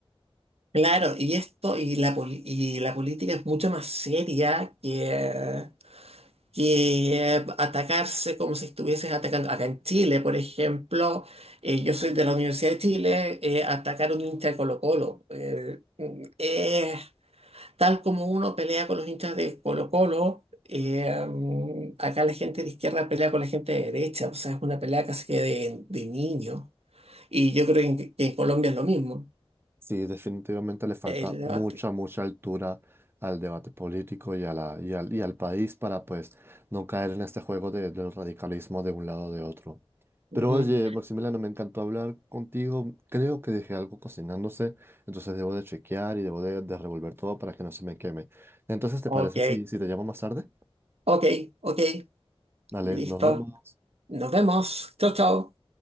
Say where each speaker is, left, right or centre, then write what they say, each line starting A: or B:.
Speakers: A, on the right; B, on the right.
A: Claro, y esto, y la, poli- y la política es mucho más seria que, que eh, atacarse como si estuvieses atacando. Acá en Chile, por ejemplo, eh, yo soy de la Universidad de Chile, eh, atacar a un hincha de Colo-Colo. eh, mm, eh, tal como uno pelea con los hinchas de Colo-Colo, eh, mm, acá la gente de izquierda pelea con la gente de derecha, o sea, es una pelea casi que de, de niño. Y yo creo que en, que en Colombia es lo mismo.
B: Sí, definitivamente le falta
A: El debate.
B: mucha, mucha altura al debate político y, a la, y, al, y al país para pues no caer en este juego de- del radicalismo de un lado o de otro.
A: Ujú.
B: Pero oye, Maximiliano, me encantó hablar contigo. Creo que dejé algo cocinándose, entonces debo de chequear y debo de, de revolver todo para que no se me queme. Entonces, ¿te
A: Ok,
B: parece si, si te llamo más tarde?
A: ok, ok,
B: Dale,
A: listo.
B: nos vemos.
A: Nos vemos. Chao, chao.